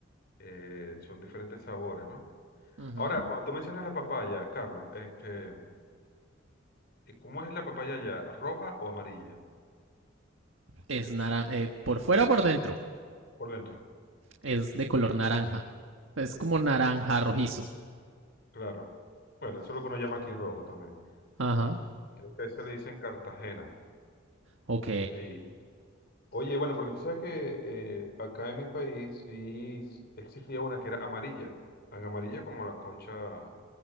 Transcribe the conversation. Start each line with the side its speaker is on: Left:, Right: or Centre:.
Left: eh, son diferentes sabores, ¿no?
Right: Ujú.
Left: Ahora, cuando tú mencionas la papaya, Carlos, este, ¿cómo es la papaya ya? ¿Roja o amarilla?
Right: Es naranja. por fuera o por dentro.
Left: Por dentro,
Right: Es de color naranja. Es como naranja rojizo.
Left: claro. Bueno, eso es lo que uno llama aquí rojo también.
Right: Ajá.
Left: Y creo que eso le dicen Cartagena.
Right: Ok.
Left: Sí, Oye, bueno, porque tú sabes que eh, acá en mi país sí s- existía una que era amarilla, tan amarilla como la concha